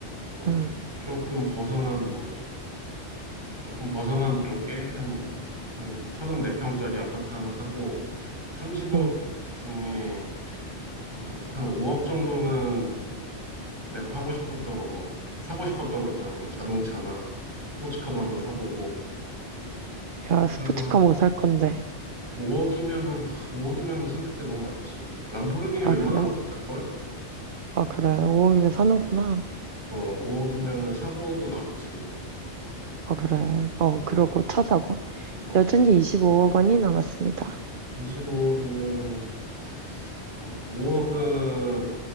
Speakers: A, on the right; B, on the right.
A: 어
B: 응,
A: 조금 벗어난 뭐 조금 벗어난 쪽에 한 한 34평짜리 아파트 하나 사고 30억
B: 응.
A: 중에 어, 한 5억 정도는 내가 하고 싶었던 거 뭐 사고 싶었던 거 있잖아 뭐 자동차나 스포츠카도 한번 사보고 그렇게
B: 야, 스포츠카
A: 하고 한
B: 뭐 살 건데.
A: 5억이면은 5억이면은 선택지 너무 많지. 람보르기니
B: 아,
A: 웬만한
B: 그래?
A: 거 다 살걸?
B: 아, 그래. 5억이면 사는구나.
A: 어, 5억이면은
B: 응.
A: 사고도 남지.
B: 아, 그래. 어,
A: 어,
B: 그러고 차 사고.
A: 어,
B: 여전히 25억 원이 남았습니다.
A: 25억이면은 어, 5억은